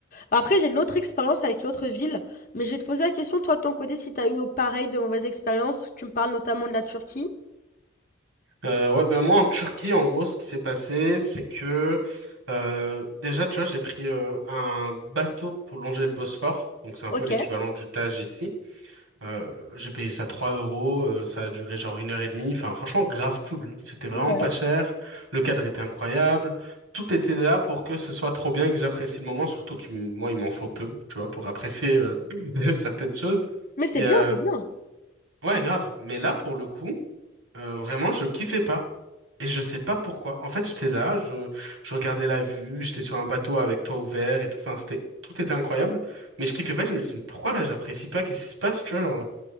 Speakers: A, on the left; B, on the right.
A: Après j'ai une autre expérience avec une autre ville, mais je vais te poser la question toi de ton côté si t'as eu pareil de mauvaises expériences. Tu me parles notamment de la Turquie.
B: Euh, ouais, ben moi, en Turquie, en gros, ce qui s'est passé, c'est que euh, déjà, tu vois, j'ai pris euh, un bateau pour longer le Bosphore. Donc, c'est un
A: OK,
B: peu l'équivalent du Tage ici. Euh, j'ai payé ça 3 euros, euh, ça a duré genre une heure et demie. Enfin, franchement, grave cool. C'était vraiment
A: ouais.
B: pas cher. Le cadre était incroyable. Tout était là pour que ce soit trop bien et que j'apprécie le moment, surtout que m- moi, il m'en faut peu, tu vois, pour apprécier euh, <laughs> certaines choses.
A: Mais c'est
B: Et
A: bien,
B: euh,
A: c'est bien.
B: ouais, grave. Mais là, pour le coup, euh, vraiment, je kiffais pas. Et je sais pas pourquoi. En fait, j'étais là, je, je regardais la vue, j'étais sur un bateau avec toit ouvert et tout. Enfin, c'était, tout était incroyable. Mais je kiffais pas, je me disais, mais pourquoi là, j'apprécie pas? Qu'est-ce qui se passe, tu vois? genre,